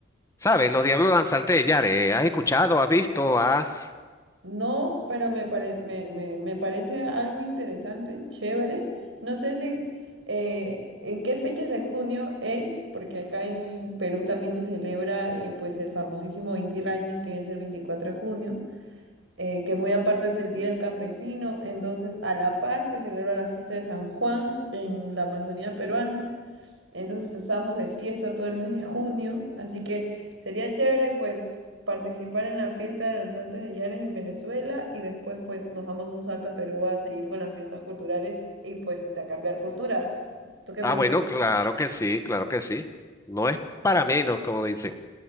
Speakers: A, on the left; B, on the right.
A: ¿Sabes? Los Diablos Danzantes de Yare, ¿has escuchado, has visto, has...
B: No, pero me, pare- me, me- me parece algo interesante, chévere. No sé si eh, en qué fechas de junio es, porque acá en Perú también se celebra eh, pues el famosísimo Inti Raymi, que es el 24 de junio, eh, que muy aparte es el Día del Campesino. Entonces, a la par se celebra la fiesta de San Juan en la Amazonía peruana. Entonces estamos de fiesta todo el mes de junio, así que sería chévere pues participar en la fiesta de danzantes de Yares en Venezuela y después pues nos damos un salto a Perú a seguir con las fiestas culturales y pues intercambiar cultura. ¿Tú qué
A: Ah,
B: me dices?
A: bueno, claro que sí, claro que sí. No es para menos, como dicen.